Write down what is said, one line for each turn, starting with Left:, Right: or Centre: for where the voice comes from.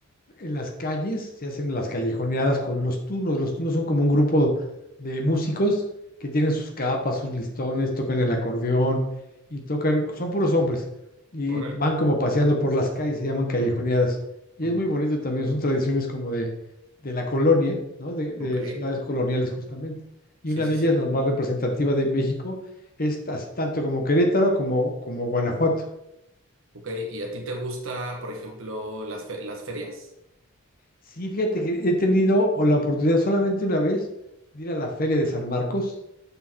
Left: en las calles, se hacen las callejoneadas con los tunos. Los tunos son como un grupo de músicos que tienen sus capas, sus listones, tocan el acordeón y tocan, son puros hombres y
Right: órale.
Left: van como paseando por las calles, se llaman callejoneadas.
Right: Ujú,
Left: Y
Right: ujú.
Left: es muy bonito también, son tradiciones como de, de la colonia, ¿no? De, de
Right: Ok,
Left: ciudades coloniales justamente. Y
Right: sí,
Left: una
Right: sí,
Left: de ellas,
Right: sí.
Left: la más representativa de México, es tas- tanto como Querétaro como, como Guanajuato.
Right: Ok, ¿y a ti te gusta, por ejemplo, las, fe- las ferias?
Left: Sí, fíjate que he tenido o la oportunidad solamente una vez de ir a la Feria de San Marcos,